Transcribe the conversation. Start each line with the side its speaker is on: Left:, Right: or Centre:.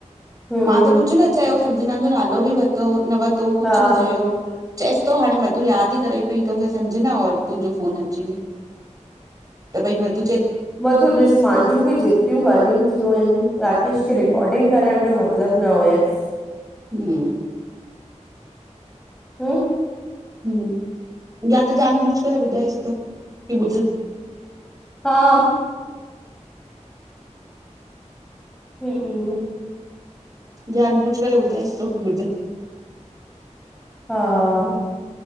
Centre: हम
Right: मा त कुछ न चयो, संजना जो नालो बि वरितो न वरितो कुछ
Centre: हा
Right: न चयो। चयसि तो हाणे मधु यादि ई करई पयी तोखे संजना और तुंहिंजो फोन अची वियो। त भई मधु
Centre: मधु ॾिस, मांजियुं बि जित केतिरियूं ॻाल्हियूं थियूं आहिन, राकेश खे
Right: हूं
Centre: रिकॉर्डिंग करणु जो मतिलबु न हुयसि।
Right: हम्म <unintelligible>
Centre: हम्म <unintelligible>
Right: हम्म, या त जानबूझ करे ॿुधायसि तो, कि ॿुध
Centre: हा हम ह <unintelligible>
Right: जानबूझ करे ॿुधाएसितो की ॿुध।
Centre: हा